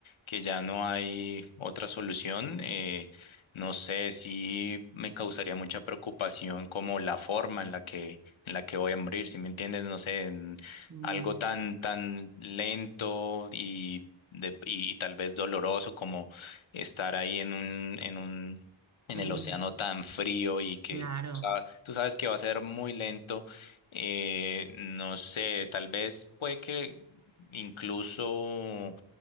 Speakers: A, on the left; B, on the right.
A: que ya no hay otra solución, eh, no sé si me causaría mucha preocupación como la forma en la que, en la que voy a morir, si me entiendes, no sé, en
B: mm,
A: algo tan, tan lento y, de- y tal vez doloroso como estar ahí en un, en un, en
B: en
A: el
B: un-
A: océano tan frío y que
B: claro,
A: sa- tú sabes que va a ser muy lento. eh, no sé, tal vez puede que incluso